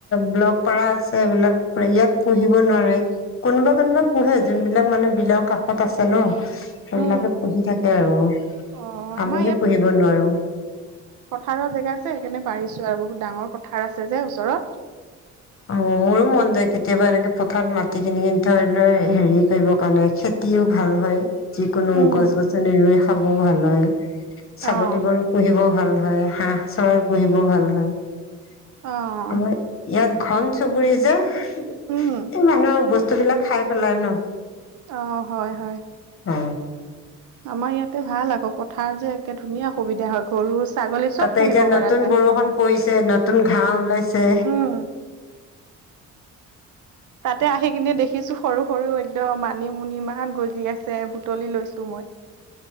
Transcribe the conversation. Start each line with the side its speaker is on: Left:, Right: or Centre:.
Left: ব্লগ পাৰা আছে এইবিলাক ইয়াত পঢ়িব নোৱাৰে কোনোবা কোনোবা। পোহে যোনবিলাক মানে বিলৰ কাষত আছে ন। সেইবিলাকে
Right: উম,
Left: পুহি থাকে আৰু
Right: অ', আমাৰ
Left: আমিহে
Right: ইয়াত
Left: পুহিব নোৱাৰো।
Right: পথাৰৰ জেগা যে সেইকাৰণে পাৰিছো আৰু বহুত ডাঙৰ পথাৰ আছে যে ওচৰত।
Left: অ মোৰো মন যায় কেতিয়াবা এনেকে পথাৰত মাটি কিনি কিিনি ধৰি লৈ হেৰি কৰিবৰ কাৰণে খে। <inaudible> অ মোৰো মন যায় উম উম মোৰো মন যাই কেতিয়াবা এনেকে পথাৰত মাটি কিনি কিনি
Right: উম,
Left: ধৰি লৈ হেৰি কৰিবৰ কাৰণে খে। কুতিও ভাল হয় যিকোনো গছ গছনি ৰুই
Right: অ',
Left: খাবও ভাল হয় ছাগলী গৰুক। খেতিও ভাল হয় যিকোনো গছ গছনি ৰুই খাবও ভাল হয় ছাগলী গৰুক। পুহিব ভাল হয় হাহঁ
Right: অ',
Left: চৰাই পুহিব ভাল হয় আমাৰ ইয়াত। ঘন চুবুৰি যে এই
Right: উম,
Left: মানুহৰ বস্তু বিলাক খাই পেলাই ন।
Right: অ হয় হয়।
Left: অ।
Right: আমাৰ ইয়াতে ভাল আকৌ পথাৰ যে একে ধুনীয়া সুবিধা হয় গৰু ছাগলী চব
Left: তাতে
Right: পুহিব
Left: এতিয়া
Right: পৰা
Left: নতুন
Right: যায়।
Left: বৰষুণ পৰিছে নতুন ঘাঁ ওলাইছে।
Right: উম, তাতে আহি কিনে দেখিছো সৰু সৰু একদম মানিমুনি ইমান গজি আছে বুটলি লৈছো মই। <unintelligible>